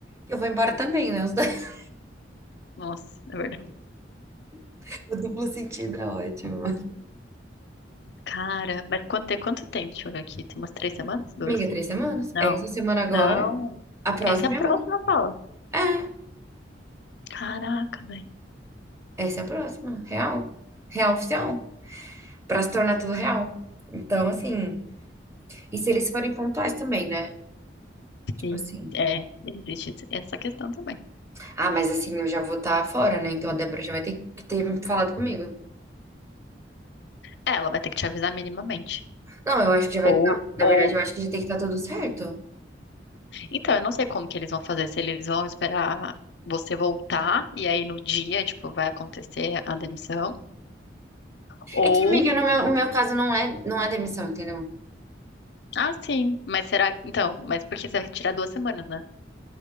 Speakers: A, on the right; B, on the left.
A: Que eu vou embora também, né? Os dois-
B: Nossa, é verdade.
A: <laughs> O duplo sentido é ótimo.
B: Cara, mas quanto, tem quanto tempo? Deixa eu ver aqui. Tem umas três semanas? Duas?
A: Amiga, três semanas.
B: Não.
A: É essa semana agora.
B: Não.
A: A próxima
B: Essa é a próxima
A: é outra.
B: fala.
A: É,
B: Caraca, velho.
A: essa é a próxima. Real. Real oficial. Pra se tornar tudo real. Então, assim. E se eles forem pontuais também, né? Tipo
B: Sim,
A: assim.
B: É, existe essa questão também.
A: Ah, mas assim, eu já vou estar fora, né? Então a Débora já vai ter que ter falado comigo.
B: É, Ela vai ter que te avisar minimamente.
A: Não, eu acho que já vai.
B: Ou,
A: Não, na
B: ou,
A: verdade, eu acho que já tem que estar tudo certo.
B: Então, eu não sei como que eles vão fazer, se eles vão esperar você voltar e aí no dia, tipo, vai acontecer a demissão, ou
A: É que, amiga, no meu, o meu caso não é, não é demissão, entendeu?
B: ah, sim, mas será então, mas porque você vai tirar duas semanas, né?